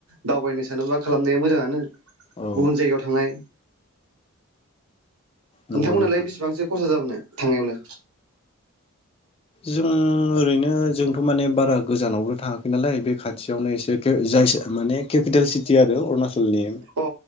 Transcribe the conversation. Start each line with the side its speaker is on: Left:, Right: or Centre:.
Right: दावबायनो सानोबा खालामनाया मोजाङानो
Left: औ
Right: गुबुन जायगायाव थांनाय <inaudible>
Left: नंगौ
Right: नोंथांमोनहालाय
Left: नोंथां
Right: बेसेबांसो खरसा जाबोनाय थांनायावलाय
Left: जों ओरैनो जोंथ' माने बारा गोजानावबो थाङाखै नालाय बे खाथियावनो एसे जाय माने केपिटेल सिटि आरो अरुणाचल नि
Right: अ